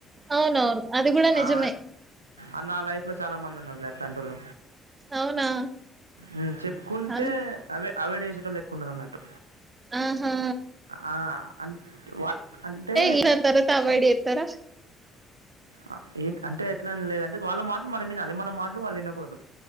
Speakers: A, on the right (about 25°); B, on the right (about 85°).
A: అవునవును అది కూడా నిజమే
B: ఆ అ నా లైఫ్ లో చాలా మంది ఉన్నారు. అట్లాంటోలు
A: అవునా
B: ఉమ్ చెప్పుకుంటే
A: అన్
B: అవే అవైడ్ చేసే టోలు ఎక్కువ ఉన్నరన్నట్టు
A: ఆహా
B: ఆ అంటే వాళ్ అంటే
A: ఈ దాని తర్వాత అవాయిడ్ చేస్తారా
B: ఆ ఏ అంటే ఎట్లా లేదు అంటే వాళ్ళ మాటలు మనం వినాలి మన మాటలు వాళ్ళు వినకూడదు